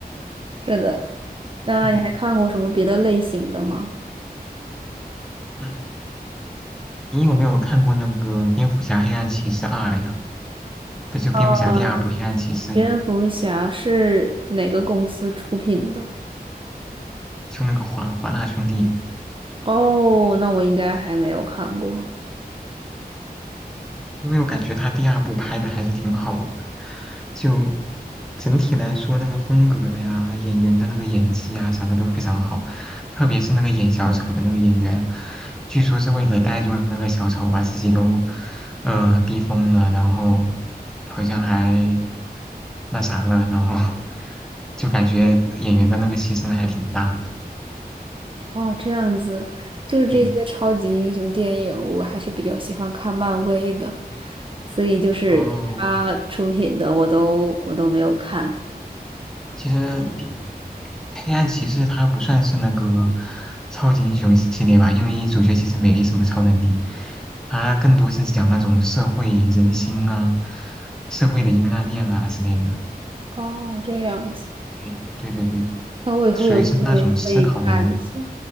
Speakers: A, on the right; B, in the centre.
A: 是的，那你还看过什么别的类型的吗？
B: 嗯嗯，你有没有看过那个《蝙蝠侠：黑暗骑士二》呀？不就蝙蝠侠第二部《黑暗骑士》呀？
A: 呃，蝙蝠侠是哪个公司出品的？
B: 就那个华华纳兄弟，
A: 哦，那我应该还没有看过。
B: 因为我感觉他第二部拍的还是挺好的，就整体来说那个风格呀、演员的那个演技啊啥的都非常好，特别是那个演小丑的那个演员，据说是为了带入那个小丑把自己都呃逼疯了，然后好像还那啥了，然后就感觉演员的那个牺牲还挺大的，
A: 哦，这样子，就是这些超级英雄电影，
B: 对。
A: 我还是比较喜欢看漫威的，所以就是他出品的我都我都没有看。
B: 哦，其实比黑暗骑士它不算是那个超级英雄系列吧，因为主角其实没什么超能力，它更多是讲那种社会人心啊、社会的阴暗面啊之类的。
A: 哦，这样子，
B: 对对对对，
A: 那我以后有嗯机会可以看一下。
B: 属于是那种思考类的。